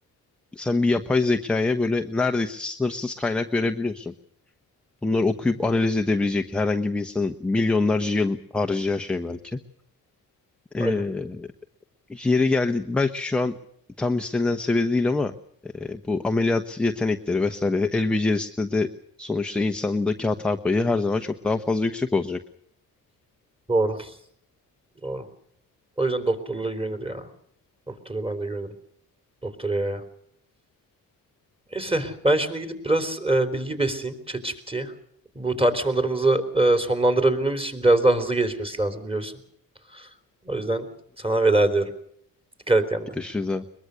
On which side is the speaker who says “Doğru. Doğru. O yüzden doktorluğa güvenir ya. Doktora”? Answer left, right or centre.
Right